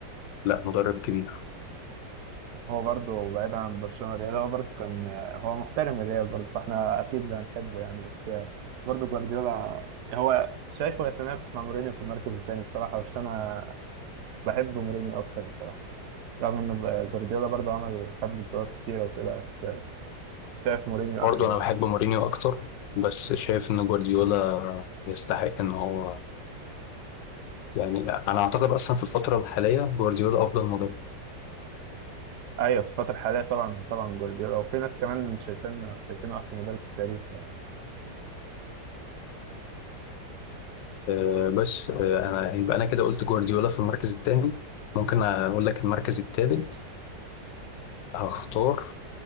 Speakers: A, on the left; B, on the right.
A: لا مدرب كبير
B: هو برضه بعيد عن برشلونة الريال هو برضه كان آه، هو محترم الريال برضه فاحنا اكيد هنحبه يعني بس آه، برضه جوارديولا هو شايفه يتنافس مع مورينيو في المركز التاني بصراحة بس انا بحب مورينيو اكتر بصراحة رغم ان جوارديولا برضه عمل خد بطولات كتيرة وكده بس آه، شايف مورينيو
A: برضه
B: احلى
A: انا
B: يعني
A: بحب مورينيو اكتر بس شايف ان جوارديولا يستحق ان هو يعني انا اعتقد اصلا في الفترة الحالية جوارديولا افضل مدرب
B: ايوه في الفترة الحالية طبعا طبعا جوارديولا وفي ناس كمان شايفين شايفينه احسن مدرب في التاريخ يعني
A: أه بس أه انا يبقى انا كده قلت جوارديولا في المركز التاني ممكن اقول لك المركز التالت هختار